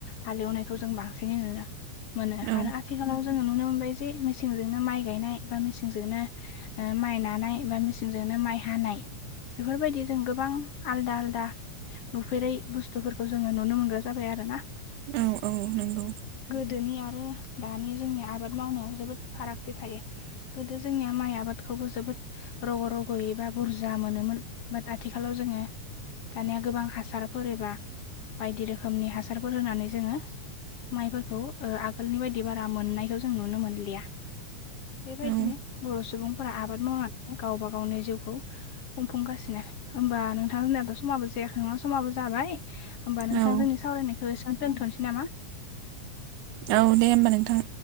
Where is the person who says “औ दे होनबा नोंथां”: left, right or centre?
Right